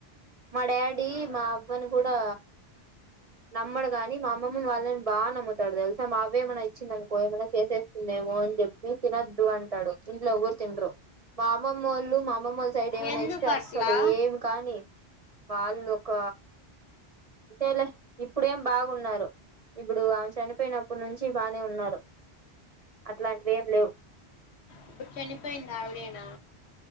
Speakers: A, on the right; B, on the left.
A: మా డాడీ
B: ఉమ్.
A: మా అవ్వని కూడా నమ్మడు కాని మా అమ్మ వాళ్ళని బాగా నమ్ముతాడు తెలుసా మా అవే ఏమైన్నా ఇచ్చింద అనుకో ఏమైన్నా చేసేస్తుందేమో అని చెప్పి తినొద్దు అంటాడు ఇంట్లో ఎఊరు తిినరు మా అమ్మమ్మ వాళ్ళు మామమ్మ వాళ్ళ సైడ్ ఏమైనా
B: ఎందుకు
A: ఇస్తే అసలు
B: అట్లా
A: ఏమి కాని వాళ్ళ ఒక అంతేలే ఇప్పుడేం బాగున్నారు ఇప్పుడు ఆ చనిపోయినప్పుడు నుంచి బానే ఉన్నారు అట్లాంటివి ఏం లేవు
B: ఇప్పుడు చనిపోయిందా అవిడేనా